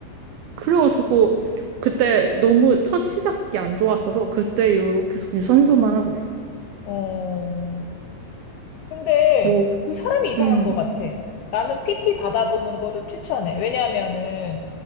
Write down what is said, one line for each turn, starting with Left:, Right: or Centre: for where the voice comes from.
Right: 그래가지고 그때 너무 첫 시작이 안 좋았어서 그때 이후로 계속 유산소만 하고 있어.
Left: 어, 근데
Right: 뭐
Left: 그 사람이 이상한
Right: 응.
Left: 것 같아. 나는 PT 받아보는 거를 추천해. 왜냐하면은